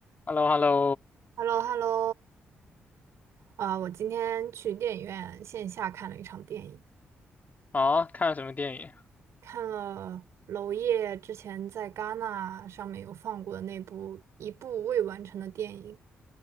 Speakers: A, on the left; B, on the right.
A: h e l l o h e l l o
B: h e l l o h e l l o 啊，我今天去电影院线下看了一场电影，
A: 啊，看了什么电影
B: 看了娄烨之前在戛纳上面有放过的那部一部未完成的电影，